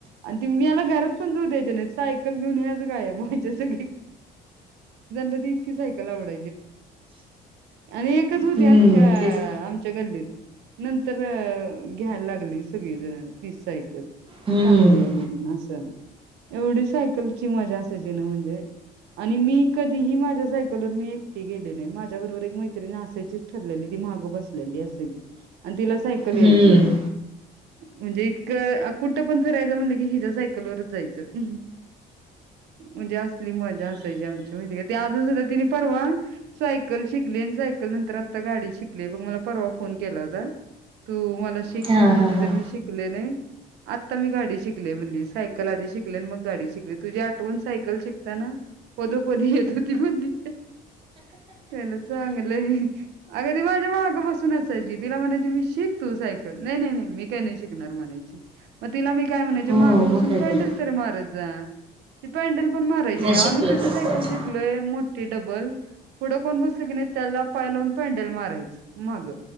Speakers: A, on the right; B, on the right.
A: त मी याला घरात पण जाऊ दयच्या नाही सायकल घेऊन या सण त्यां इत सायकल आवड आणि एकच होती
B: हम्म
A: अख्ख्या
B: तेच
A: आमच्या गल्लीत नंतर घ्यायला लागली सगळी जण ती सायकल
B: हम्म.
A: चांगले आहे म्हणून असं एवढी सायकलची मजा असायची ना म्हणजे आणि मी कधीही माझ्या सायकल वर मी एकटी गेले नाही माझ्या बरोबर एक मैत्रिण असायचीच ठरलेली ती मागं बसलेली असायची आणि तिला सायकल
B: हम्म.
A: यायची नाही म्हणजे इतकं कुठं पण फिरायचं म्हणलं की हिच्या सायकलवरच जायचं म्हणजे असली मजा असायची आमची माहिती का ते अजून सुद्धा तिने परवा सायकल शिकली आणि सायकल नंतर आता गाडी शिकली बग मला परवा फोन केला होता तू मला शिक शिक
B: हां
A: म्हणली
B: हां हां.
A: तर मी शिकले नाही आत्ता मी गाडी शिकले म्हणली सायकल आधी शिकले आणि मग गाडी शिकली तुझी आठवण सायकल शिकता ना पदोपद येत होती म्हणली <unintelligible> चांगलं अग ती माझ्या मागं बसून असायची तिला म्हणायची मी शिक तु सायकल नाही नाही नाही मी काय नाही शिकणार म्हणायची मग तिला मी काय म्हणाय
B: हो
A: मागं
B: मग
A: बसून
B: काय
A: पायंडल
B: तर.
A: तरी मारत जा ती पायंडल पण मारायची नाही
B: शिकलं
A: आम्ही कशी
B: तर
A: सायकल
B: पाहिजे.
A: शिकलोय डबल पुढं कोण बसले की नाही त्याला पाय लावून पॅडल मारायच माग